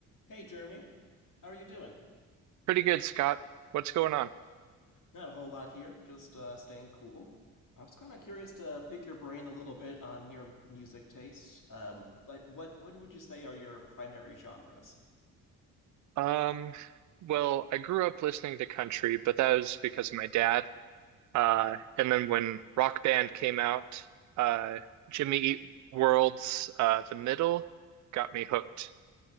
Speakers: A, on the left; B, on the right.
A: Hey, Jeremy. How are you doing?
B: Pretty good, Scott. What's going on?
A: Not a whole lot here, just uh, staying cool. I was kind of curious to pick your brain a little bit on your music tastes. Um, like, what what would you say are your primary genres?
B: Um, well, I grew up listening to country, but that was because of my dad. Uh, and then when Rock Band came out, uh, Jimmy Eat World's uh, The Middle got me hooked.